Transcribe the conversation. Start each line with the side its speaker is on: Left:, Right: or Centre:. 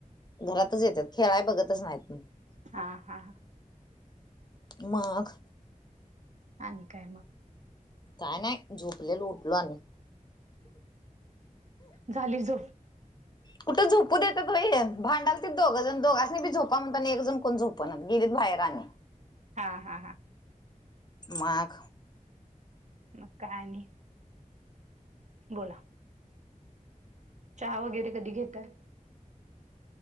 Left: घरातच येतात खेळाय बघतच नाहीत.
Right: हा हा.
Left: माघ
Right: आणि काय मग.
Left: काय नाही झोपलेल उठलो आणि्.
Right: झाली झोप.
Left: कुठं झोपू देत तो हे भांडाल त दोघ जण दोघांनी बी झोपा म्हणता एक जण कोण झोप. ते बघ गेली बाहेर आणि.
Right: हा हा हा.
Left: माघ
Right: मग काय आणि बोला. चहा वगैरे कधी घेताय.